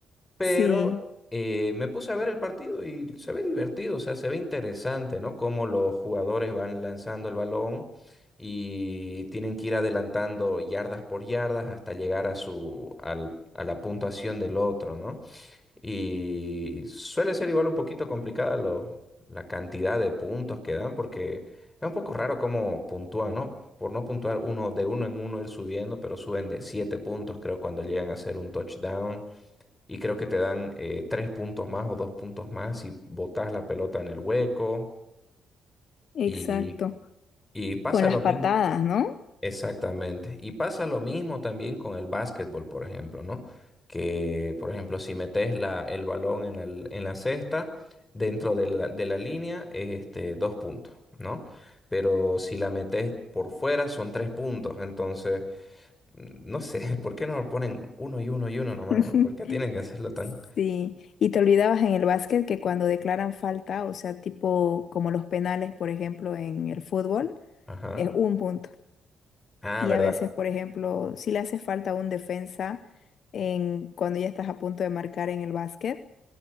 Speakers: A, on the left (about 20°); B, on the left (about 65°).
A: pero
B: Sí,
A: eh, me puse a ver el partido y se ve divertido, o sea, se ve interesante, ¿no? Cómo los jugadores van lanzando el balón y tienen que ir adelantando yardas por yardas hasta llegar a su, al- a la puntuación del otro, ¿no? Y suele ser igual un poquito complicada lo- la cantidad de puntos que dan porque es un poco raro cómo puntúan, ¿no? Por no puntuar uno de uno en uno ir subiendo, pero suben de siete puntos, creo, cuando llegan a hacer un touchdown y creo que te dan eh, tres puntos más o dos puntos más si botas la pelota en el hueco
B: exacto.
A: y, y pasa
B: Con las
A: lo
B: patadas,
A: mismo.
B: ¿no?
A: Exactamente. Y pasa lo mismo también con el básquetbol, por ejemplo, ¿no? Que, por ejemplo, si metes la, el balón en, el- en la cesta, dentro de la, de la línea, es este, dos puntos, ¿no? Pero si la metes por fuera, son tres puntos. Entonces, mm, no sé, <laughs> ¿por qué no lo ponen uno y uno y uno nomás,
B: <laughs>
A: ¿no? ¿Por qué tienen que hacerlo tan...
B: Sí, y te olvidabas en el básquet que cuando declaran falta, o sea, tipo como los penales, por ejemplo, en el fútbol,
A: Ajá.
B: es un punto.
A: Ah,
B: Y
A: ¿verdad?
B: a veces, por ejemplo, si le hace falta a un defensa en, cuando ya estás a punto de marcar en el básquet,